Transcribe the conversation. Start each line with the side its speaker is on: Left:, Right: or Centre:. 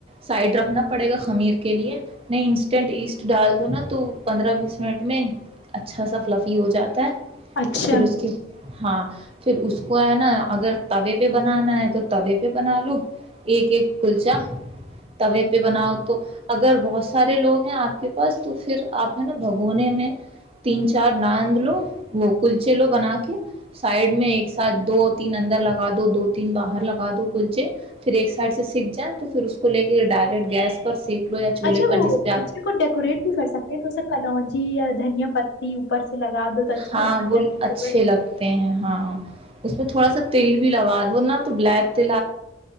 Right: سائیڈ رکھنا پڑے گا خمیر نے انسٹنٹ ایسٹ ڈال دو نا توپنڈرا بیس منٹ میں اچھا سا فلفی ہو جاتا ہے
Left: اچھا
Right: پھر اس کے ہاں پھر اس کو ہے نا اگر تابع بھی بنانا ہے تو توے بھی بنا لو ایک ایک کھل جا توے پہ بناؤ تو اگر بہت سارے لوگ ہیں آپ کے پاس تو پھر آپ ہے نا بھگونے میں تین چار ناند لو وہ کلچے لو بنا کے سائڈ میں ایک ساتھ دو تین اندر لگا دو دو تین باہر لگا دو کلچے پھر ایک سائڈ سے سیکھ جائیں تو پھر اس کو لے کے ڈائریکٹ گیس پر سینک لو یا چولہے
Left: اچھا
Right: پر جس پہ آپ
Left: کو ڈیکوریٹ بھی کر سکتے تو اسے کلونجی دھنیا پتی اوپر سے لگا دو تو اچھا
Right: ہاں
Left: لگتا
Right: گل
Left: ہے
Right: اچھے لگتے ہیں ہاں اس میں تھوڑا سا تل بھی لگا وہ نا تو بلیک